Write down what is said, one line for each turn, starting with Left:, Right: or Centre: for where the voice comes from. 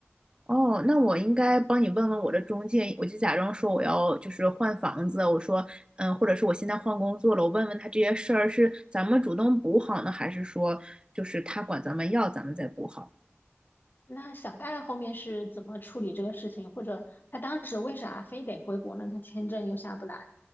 Right: 哦，那我应该帮你问问我的中介，我就假装说我要就是换房子，我说，嗯，或者是我现在换工作了，我问问他这些事儿是咱们主动补好呢，还是说就是他管咱们要，咱们再补好？
Left: 那小戴后面是怎么处理这个事情，或者他当时为啥非得回国呢？他签证又下不来。